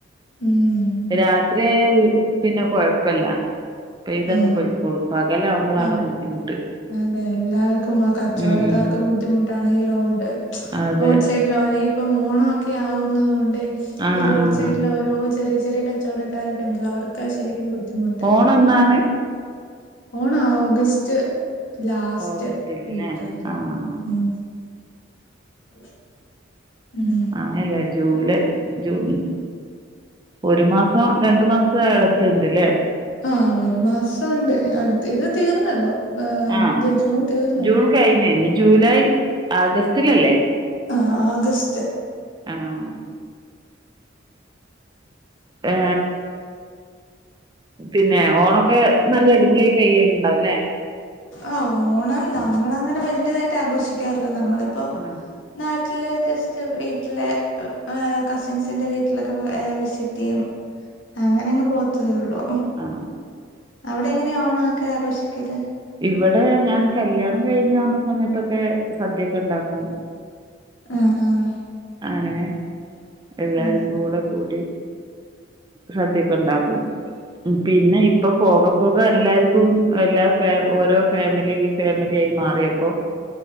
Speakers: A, on the left (about 80°); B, on the right (about 25°).
A: ഉം
B: രാത്രിയായ പിന്നെ കൊഴപ്പല്ല പെയ്തങ്ങ്
A: ഉം
B: പോയ്ക്കോളും പകലാവുമ്പോളാണ്
A: ആ
B: ബുദ്ധിമുട്ട്
A: അതെ എല്ലാർക്കും കച്ചവടക്കാർക്കും
B: ഉം
A: ബുദ്ധിമുട്ടാണ് ഈ റോഡ്
B: അതെ
A: റോഡ് സൈഡിലോര ഇപ്പം ഓണൊക്കെ ആവുന്നത് കൊണ്ട്
B: ആഹ്
A: ഈ റോഡ്
B: ആഹ്
A: സൈഡില് ഓരോ ചെറിയ ചെറിയ കച്ചവട ക്കാരൊക്കെ ഉണ്ടല്ലോ അവർക്കാ ശരിക്കും ബുദ്ധിമുട്ട്
B: ഓണം എന്നാണ്
A: ഓണം ഓഗസ്റ്റ് ലാസ്റ്റ്
B: ഓഗസ്റ്റില്
A: വീക്ക്
B: ല്ലേ
A: ന്തോ
B: ആഹ്
A: ഉം <inaudible> ഉം
B: അങ്ങല്ല ജൂലൈ ജൂ ഒരു മാസം രണ്ടു മാസത്തെ ഇടത്തുണ്ട്ല്ലേ
A: ആഹ് ഒരു മാസം ഉണ്ട് അടുത്ത് ഇത് തീർന്നല്ലോ
B: ആഹ്
A: ഇ ജൂൺ തീർന്നല്ലോ
B: ജൂൺ കഴിഞ്ഞ് ഇനി ജൂലൈ ആഗസ്റ്റിലല്ലേ
A: ആ ആഗസ്റ്റ്
B: ഉം ങ് പിന്നെ ഓണൊക്കെ നല്ല അടിപൊളി കൈണ്ടാവുംല്ലേ
A: ആ ഓണം നമ്മള അങ്ങനെ വല്യതായിട്ട് ആഘോഷിക്ക ക്കാറില്ല നമ്മളിപ്പോ
B: ആഹ്
A: നാട്ടില് ജസ്റ്റ് <unintelligible> വീട്ടിലെ കസിൻസിന്റെ വീട്ടിലൊക്കെ ഏഹ് വിസിറ്റ് ചെയ്യും അങ്ങനെ അങ്ങ് പോത്തതേള്ളു
B: ആ
A: അവിടെ എങ്ങനെയ ഓണ അക്കെ ആഘോഷിക്കല്
B: ഇവിടെ ഞാൻ കല്യാണം കഴിഞ്ഞ് വന്ന സമയത്തൊക്കെ സദ്യൊക്കെ ഉണ്ടാക്കും
A: ആഹ് ആഹ്
B: അങ്ങനെ എല്ലാരും
A: അതെയോ
B: കൂടെ കൂടി സദ്യക്കെ ഇണ്ടാക്കും പിന്നെ ഇപ്പ പോക പോക എല്ലാർക്കും എല്ലാ ഫേ ഓരോ ഫാമിലേയി ഫേമിലായി മാറിയപ്പോ